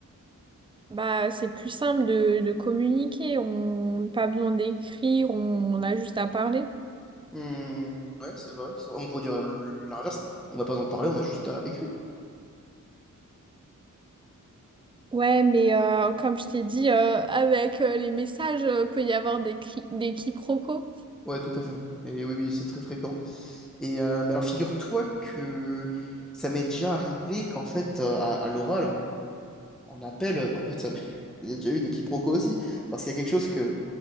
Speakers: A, on the right (about 15°); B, in the centre.
A: Bah c'est plus simple de, de communiquer, on n'a pas besoin d'écrire, on on a juste à parler.
B: Hmm, ouais, c'est vrai. c'est- On pourrait dire l'inverse. On n'a pas besoin de parler, on a juste à écrire.
A: Ouais, mais euh, comme je t'ai dit, euh, avec euh, les messages, euh, peut y avoir des, cri- des quiproquos.
B: Ouais, tout à fait. Et oui, oui, c'est très fréquent. Et euh, mais alors, figure-toi que ça m'est déjà arrivé qu'en fait, euh, à, à l'oral, on, on- on appelle. euh, bah, en fait, ça m'est- <laughs> il y a déjà eu des quiproquos aussi, parce qu'il y a quelque chose que